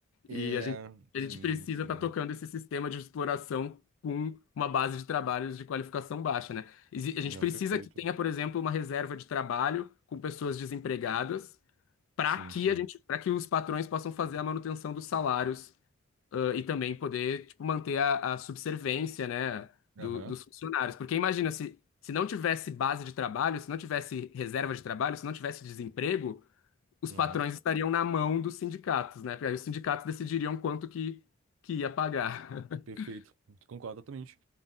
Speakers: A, on the right; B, on the left.
A: É,
B: E a gente, a
A: sim,
B: gente precisa
A: sim.
B: estar tocando esse sistema de exploração com uma base de trabalhos de qualificação baixa, né? Exi- A gente
A: Não,
B: precisa
A: perfeito.
B: que tenha, por exemplo, uma reserva de trabalho com pessoas desempregadas para
A: Sim,
B: que
A: sim.
B: a gente, para que os patrões possam fazer a manutenção dos salários, ãh, e também poder, tipo, manter a, a subservência, né,
A: Aham,
B: do- dos funcionários. Porque imagina se se não tivesse base de trabalho, se não tivesse reserva de trabalho, se não tivesse desemprego os
A: aham.
B: patrões estariam na mão dos sindicatos, né? Porque aí os sindicatos decidiriam quanto que, que ia pagar. <laughs>
A: Perfeito. Concordo totalmente.